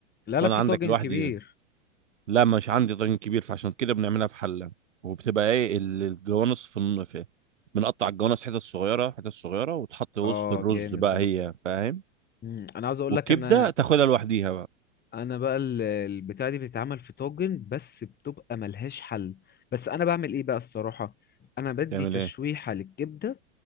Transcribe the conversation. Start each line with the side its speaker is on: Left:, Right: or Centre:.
Left: لا لا
Right: وانا
Left: في
Right: عندك
Left: طاجن
Right: لوحدي
Left: كبير
Right: لا مش عندي طاجن كبير فعشان كده بنعملها في حله وبتبقى ايه ال- الجوانص في الن- في بنقطع الجوانص حتت صغيره حتت صغيره وتحط وسط
Left: اه
Right: الرز
Left: جامد
Right: بقى
Left: ده برضه
Right: هي فاهم
Left: مم، انا عاوز اقول
Right: والكبده
Left: لك انا
Right: تاخدها لوحديها بقى
Left: انا بقى ال- البتاعه دي بتتعمل في طاجن بس بتبقى ملهاش حل بس انا بعمل ايه بقى الصراحه انا بدي
Right: تعمل
Left: تشويحه
Right: ايه
Left: للكبده